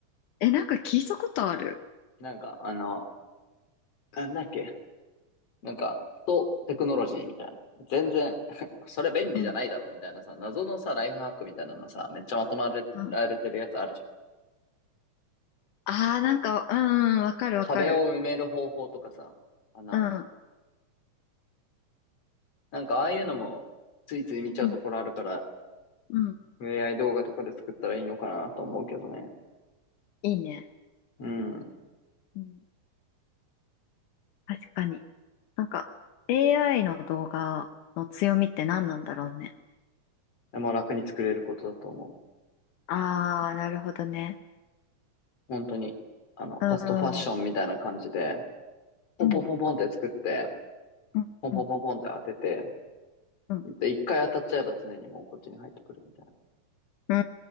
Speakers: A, on the left; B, on the left.
A: え、なんか聞いたことある。
B: なんか、あの、なんだっけなんか、とテクノロジーみたいな。全然 <laughs> それ便利じゃないだろうみたいなさ、
A: うん。
B: 謎のさ、ライフハックみたいなのさ、めっちゃまとまられてるやつあるじゃ
A: うん。ああ、なんか、うん、わかるわかる。
B: ん。壁を埋める方法とかさ、穴を。
A: うん
B: なんか、ああいうのも、ついつい見ちゃうところあるから、
A: うん。うん。
B: AI 動画とかで作ったらいいのかなと思うけどね。
A: いいね。
B: うん。
A: うん。確かに。なんか、AI の動画の強みって何なんだろうね。
B: でも楽に作れることだと思
A: あー、なるほどね。
B: う。本当に。あの、
A: うん。
B: ファストファッションみたいな感じで、ポンポンポンポンって作って、
A: うん。うん。
B: ポンポンポンポンって当てて、
A: うん。うん。
B: で、一回当たっちゃえば常にもうこっちに入ってくるみたいな。
A: うー